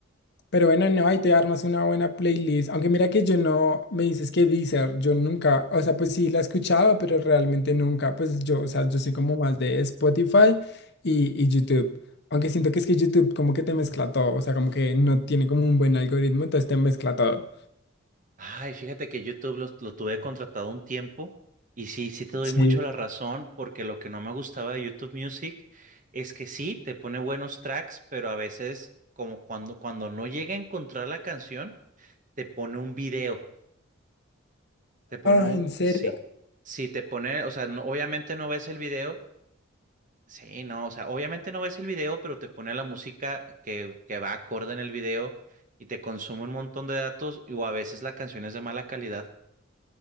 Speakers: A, on the left; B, on the right.
A: pero bueno, no, ahí te armas una buena playlist. Aunque mira que yo no, me dices que Deezer, yo nunca, o sea, pues sí la he escuchado, pero realmente nunca, pues yo, o sea, yo soy como más de Spotify y, y YouTube. Aunque siento que es que YouTube como que te mezcla todo, o sea, como que no tiene como un buen algoritmo, entonces te mezcla todo.
B: Ay, fíjate que YouTube los- lo, tuve contratado un tiempo y sí, sí te doy
A: Sí.
B: mucho la razón porque lo que no me gustaba de YouTube Music es que sí, te pone buenos tracks, pero a veces como cuando, cuando no llega a encontrar la canción, te pone un video, te pone un,
A: Ah, ¿en serio?
B: sí, sí, te pone, o sea, no- obviamente no ves el video, sí, no, o sea, obviamente no ves el video, pero te pone la música que, que va acorde en el video y te consume un montón de datos y, o a veces la canción es de mala calidad.